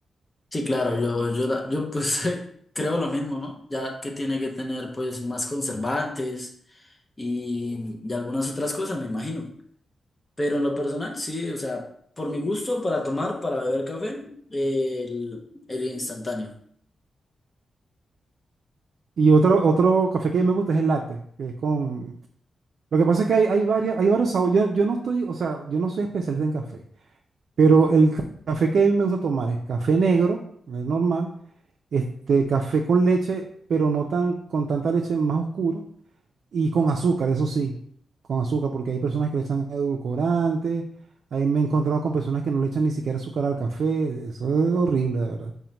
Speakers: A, on the left (about 20°); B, on the right (about 70°).
A: Sí, claro, yo, yo, da- yo pues <laughs> creo lo mismo, ¿no? Ya que tiene que tener pues más conservantes y, y algunas otras cosas, me imagino. Pero en lo personal, sí, o sea, por mi gusto, para tomar, para beber café, el, el instantáneo.
B: Y otro, otro café que me gusta es el latte, que es con... Lo que pasa es que hay, hay varias, hay varios sabores. Yo, yo no estoy, o sea, yo no soy especialista en café, pero el ca- café que a mí me gusta tomar es café negro, el normal, este, café con leche, pero no tan, con tanta leche más oscuro Y con azúcar, eso sí, con azúcar, porque hay personas que le echan edulcorante, ahí me he encontrado con personas que no le echan ni siquiera azúcar al café, eso es horrible, de verdad.